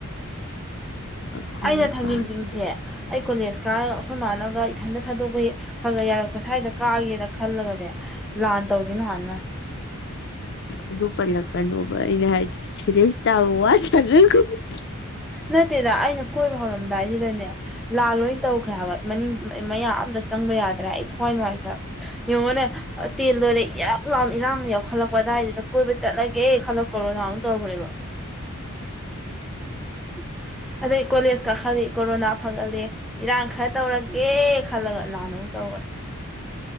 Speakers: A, on the left; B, in the centre.
A: ꯑꯩꯈꯣꯏꯅ
B: ꯑꯩꯅ ꯊꯪꯖꯤꯡꯆꯤꯡꯁꯦ
A: ꯀꯥꯈꯤ
B: ꯑꯩ ꯀꯣꯂꯦꯖ ꯀꯥꯔ ꯑꯩꯈꯣꯏ ꯃꯥꯟꯅꯒ ꯏꯊꯟꯇ ꯊꯥꯗꯣꯛꯄ ꯈꯒ ꯌꯥꯔꯛꯄ ꯁ꯭ꯋꯥꯏꯗ ꯀꯥꯒꯦꯅ ꯈꯜꯂꯒꯅꯦ ꯂꯥꯟ ꯇꯧꯒꯤꯝꯅ ꯍꯥꯟꯃꯥꯟ꯫ <inaudible>
A: ꯑꯗꯨ ꯄꯜꯂꯛꯀꯅꯣꯕ ꯑꯩꯅ ꯍꯥꯏꯗꯤ ꯁꯦꯔꯦꯁ ꯇꯥꯕ ꯋꯥ ꯁꯥꯅꯒꯨꯝꯖꯤ꯫
B: ꯅꯠꯇꯦꯗ ꯑꯩꯅ ꯀꯣꯏꯕ ꯍꯧꯔꯝꯗꯥꯏꯖꯤꯗꯅꯦ ꯂꯥꯟ ꯂꯣꯏ ꯇꯧꯒ꯭ꯔꯦ ꯍꯥꯏꯕ ꯃꯅꯤꯡ ꯃ ꯃꯌꯥꯝ ꯑꯝꯗ ꯆꯪꯕ ꯌꯥꯗ꯭ꯔ ꯑꯩ ꯊꯋꯥꯏ ꯅꯨꯡꯉꯥꯏꯇ ꯌꯦꯡꯉꯣꯅꯦ ꯇꯦꯜ ꯂꯣꯏꯔꯦ ꯌꯛ ꯂꯥꯎꯅ ꯏꯔꯥꯡ ꯌꯥꯎꯈꯠꯂꯛꯄ ꯀꯗꯥꯏꯗꯨꯗ ꯀꯣꯏꯕ ꯆꯠꯂꯒꯦ ꯈꯜꯂꯛꯀꯔꯣ ꯅꯅꯥꯎ ꯇꯧꯈ꯭ꯔꯦꯕ <unintelligible> ꯑꯗꯩ ꯀꯣꯂꯦꯖ ꯀꯥꯈꯠꯂꯤ ꯀꯣꯔꯣꯅꯥ ꯐꯒꯠꯂꯦ ꯏꯔꯥꯡ ꯈꯔ ꯇꯧꯔꯒꯦ ꯈꯜꯂꯒ ꯂꯥꯟ ꯃꯨꯛ ꯇꯧꯒꯔꯦ <inaudible>